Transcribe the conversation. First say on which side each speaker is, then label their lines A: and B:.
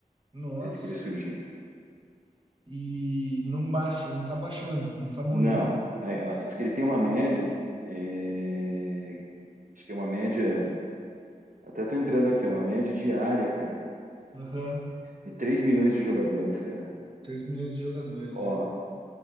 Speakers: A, on the right (about 35°); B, on the right (about 65°).
A: Nossa,
B: desde que ele surgiu, cara.
A: e não baixa, não tá baixando, não tá morrendo.
B: Não, é, ó, diz que ele tem uma média, é, acho que é uma média, até tô entrando aqui, ó, uma média diária, cara,
A: Aham,
B: de 3 milhões de jogadores, cara.
A: três milhões de jogadores,
B: Ó,
A: né?